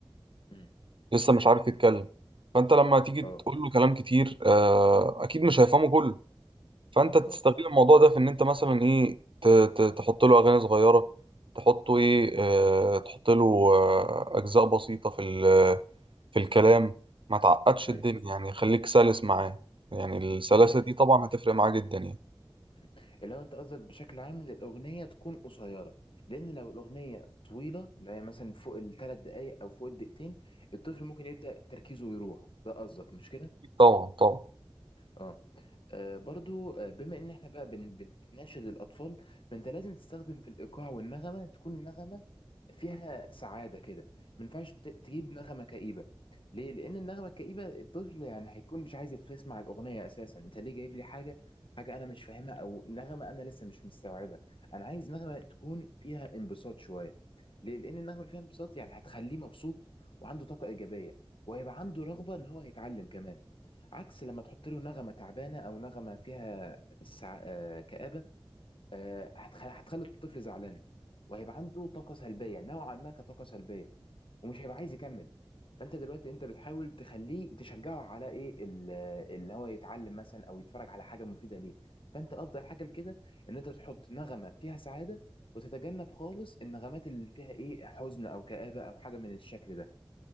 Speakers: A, on the left; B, on the right.
A: مم.
B: لسه مش عارف يتكلم فانت لما تيجي
A: اه
B: تقول له كلام كتير آه، اكيد مش هيفهمه كله فانت تستغل
A: اه
B: الموضوع ده في ان انت مثلا ايه ت- ت- تحط له اغاني صغيره تحطه ايه آه، تحط له آه، اجزاء بسيطه في ال- في
A: مم.
B: الكلام ما تعقدش
A: ايوه
B: الدنيا يعني خليك سلس معاه
A: مم.
B: يعني السلاسه
A: مم.
B: دي طبعا هتفرق معاه جدا يعني
A: مم. اللي هو انت قصدك بشكل عام ان الاغنيه تكون قصيره لان لو الاغنيه طويله اللي هي مثلا فوق الثلاث دقائق او فوق الدقيقتين الطفل ممكن يبدا تركيزه يروح ده قصدك مش كده
B: طبعا طبعا
A: اه آه، برضو آه، بما ان احنا بقى بن بن- بتناشد الاطفال فانت لازم تستخدم في الايقاع والنغمه تكون نغمه فيها سعاده كده ما ينفعش ت- تجيب نغمه كئيبه ليه لان النغمه الكئيبه الطفل يعني هيكون مش عايز يتف- يسمع الاغنيه اساسا انت ليه جايب لي حاجه حاجه انا مش فاهمها او نغمه انا لسه مش مستوعبها انا عايز نغمه تكون فيها انبساط شويه ليه لان النغمه اللي فيها انبساط يعني هتخليه مبسوط وعنده طاقه ايجابيه وهيبقى عنده رغبه ان هو يتعلم كمان عكس لما تحط له نغمة تعبانة أو نغمة فيها سع... آه، كآبة آه، هتخ... هتخلي الطفل زعلان وهيبقى عنده طاقة سلبية نوعا ما كطاقة سلبية ومش هيبقى عايز يكمل فأنت دلوقتي أنت بتحاول تخليه تشجعه على إيه ال- اللي هو يتعلم مثلا أو يتفرج على حاجة مفيدة ليه فأنت أفضل حاجة لكده إن أنت تحط نغمة فيها سعادة وتتجنب خالص النغمات اللي فيها إيه حزن أو كآبة أو حاجة من الشكل ده